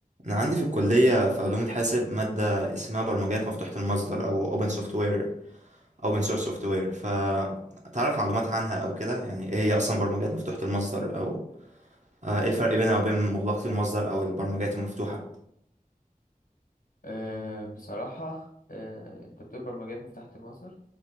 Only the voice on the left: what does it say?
أه بصراحة أه انت بتقول برمجيات مفتاحة المصدر